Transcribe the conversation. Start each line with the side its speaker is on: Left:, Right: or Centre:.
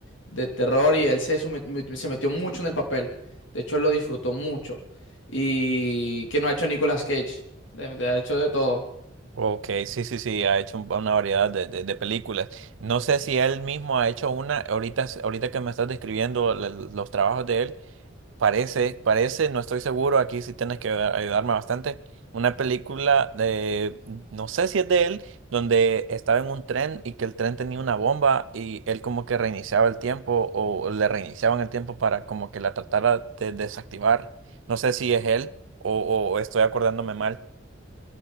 Left: de terror y él se, sume- mu- se metió mucho en el papel, de hecho él lo disfrutó mucho y que no ha hecho Nicolas Cage, de- de- ha hecho de todo.
Right: Ok, sí, sí, sí, ha hecho un- una variedad de, de- de películas. No sé si él mismo ha hecho una, ahorita, s- ahorita que me estás describiendo la- los trabajos de él, parece, parece, no estoy seguro, aquí sí tienes que a- ayudarme bastante, una película de, no sé si es de él, donde estaba en un tren y que el tren tenía una bomba y él como que reiniciaba el tiempo o le reiniciaban el tiempo para como que la tratara de desactivar. No sé si es él o o estoy acordándome mal.